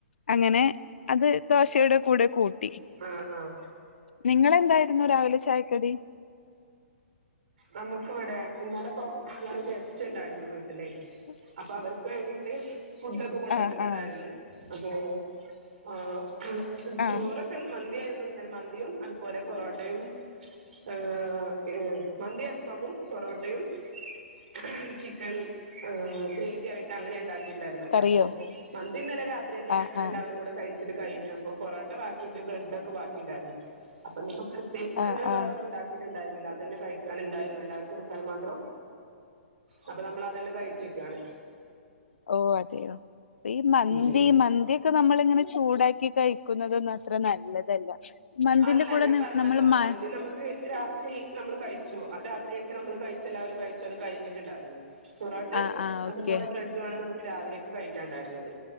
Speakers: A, on the left; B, on the right.
A: അങ്ങനെ അത് ദോശയുടെ കൂടെ കൂട്ടി
B: ആഹ് ആഹ്
A: നിങ്ങളെന്തായിരുന്നു രാവിലെ ചായക്കടി
B: നമുക്ക്വ്ടെ ഇന്നലപ്പോ ഇന്നലെ ഗസ്റ്റ്ണ്ടായിരുന്നു വീട്ടിലെയ്
A: ഉഫ്
B: അപ്പൊ അവർക്ക് വേണ്ടീട്ട് ഫുഡോക്കെകൊണ്ടുവന്നിട്ടുണ്ടായിരുന്നു
A: ആഹ് ആഹ്
B: അപ്പൊ ആഹ് ചോറൊക്കെ
A: ആഹ്
B: മന്തിയാ യിരുന്നുന്നലെ മന്തിയും അതുപോലെ പൊറോട്ടയും ആ ഇഹ്‌ മന്തി അൽഫാമും പൊറോട്ടയും ഹും ചിക്കൻ ഏ ഗ്രേവി ആയിട്ട് അങ്ങനെ ഇണ്ടാ കിണ്ടായിര്ന്നത്
A: കറിയോ
B: അപ്പൊ മന്തിന്നലെ രാത്രിന്നെ
A: ആഹ് ആഹ്
B: എല്ലാവരും കൂടെ കയി ച്ച്ട്ട്കഴിഞ്ഞു അപ്പൊ പൊറാട്ട ബാക്കിണ്ട് ബ്രെ‌ഡോക്കെ ബാക്കി ണ്ടായിരുന്നു അപ്പൊ ഞ്പോ തേചങ്ങനെ
A: ആഹ്
B: വേറെന്നുണ്ടാക്കിട്ടു
A: ആഹ്
B: ണ്ടായിരുന്നില്ല അതന്നെ കഴിക്കാ നുണ്ടായിരുന്നു എല്ലാവർക്കുടുക്കാന് മാത്രം അപ്പൊ നമ്മള് അതല്ല കഴിച്ച്ക്കാണ്
A: ഓഹ് അതെയോ പ്പ ഈ മന്തി
B: ഉം
A: മന്തിക്കെ ക്കനമ്മളിങ്ങനെ ചൂടാക്കി കഴിക്കുന്നതൊന്നത്ര നല്ലതല്ല മന്തിന്റെ
B: അല്ല
A: കൂടെ
B: ഞാൻ
A: നി
B: പറഞ്ഞല്ലോ
A: നമ്മള് മ
B: മന്തി നമുക്ക് രാ ത്രി നമ്മള് കഴിച്ചു ആ രാത്രിയൊക്കെ നമ്മള് കഴിച്ചെല്ലാവരും കഴിച്ചു അത് കഴിഞ്ഞിട്ടുണ്ടായിരുന്നു പൊറോട്ടയും
A: ആ ആ ഓക്കെ
B: അതുപോലെ ബ്രെഡും ആണ് നമുക്ക് രാവിലേക്ക് കഴിക്കാണ്ടായിരുന്നത്